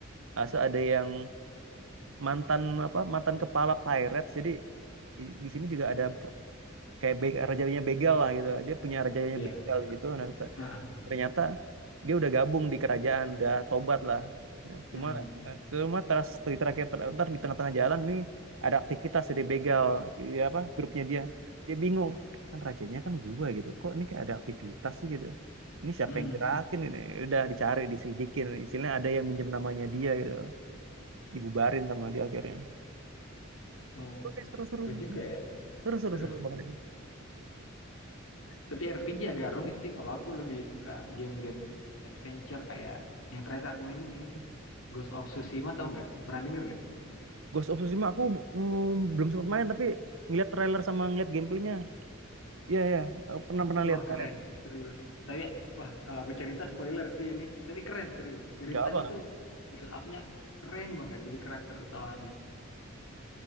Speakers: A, on the right; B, on the left.
A: asal ada yang mantan apa mantan kepala pirates. Jadi di, di sini juga ada kayak be rajanya begal lah gitu dia punya rajanya
B: Ya,
A: begal gitu nah, t-
B: ah, ah,
A: ternyata dia udah gabung di kerajaan udah tobat lah Ya,
B: mm-mm,
A: cuma eh, cuma terus di terakhir ter- ntar di tengah-tengah jalan nih ada aktivitas dari begal ya apa grupnya dia dia bingung kan rajanya kan gua gitu kok ini kayak ada aktivitas sih gitu ini siapa
B: mm-mm.
A: yang gerakin ini udah dicari diselidikin istilahnya ada yang minjem namanya dia gitu dibubarin sama dia akhirnya
B: Oh,
A: Oke, seru seru
B: seru juga ya,
A: seru seru
B: seru.
A: seru banget
B: Tapi RPG agak rumit sih, kalau aku lebih suka game-game adventure kayak yang terakhir aku mainin ini sih, Ghost of Tsushima tau nggak? Pernah denger nggak?
A: Ghost of Tsushima aku mm, belum sempat main tapi ngeliat trailer sama ngeliat gameplaynya. Iya iya, aku pernah pernah
B: Wah
A: lihat
B: keren,
A: lihat.
B: serius. Tapi wah kalau aku cerita spoiler sih ini. Tapi keren serius. Ceritanya
A: Nggak apa.
B: tuh build up-nya keren banget jadi karakter utamanya.